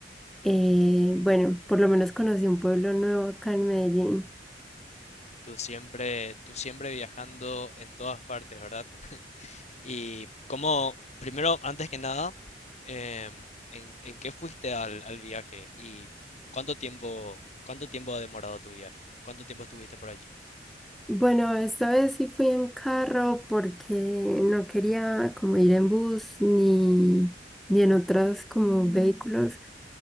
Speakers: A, in the centre; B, on the left.
A: eh, bueno, por lo menos conocí un pueblo nuevo acá en Medellín.
B: Tú siempre, tú siempre viajando en todas partes, ¿verdad? <laughs> Y cómo, primero, antes que nada, em, ¿en, en qué fuiste al, al viaje? ¿Y cuánto tiempo, cuánto tiempo ha demorado tu viaje? ¿Cuánto tiempo estuviste por allí?
A: Bueno, esta vez sí fui en carro porque no quería como ir en bus ni, ni en otros como vehículos.